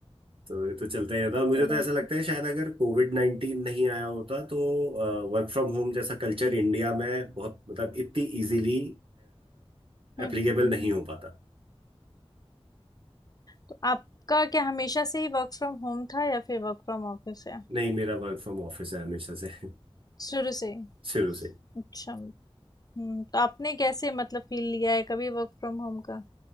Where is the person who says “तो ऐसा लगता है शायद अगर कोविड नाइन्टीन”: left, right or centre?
Right